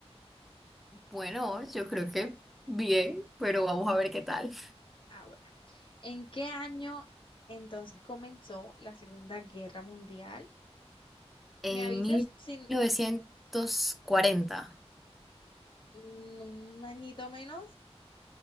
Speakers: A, in the centre; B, on the left (about 50°).
A: Bueno, yo creo que bien, pero vamos
B: Ah,
A: a ver qué tal.
B: ah, bueno. ¿En qué año entonces comenzó la Segunda Guerra Mundial?
A: En
B: ¿Me avisas
A: mil
B: sin
A: mil novecientos novecientos cuarenta,
B: mm, un añito menos?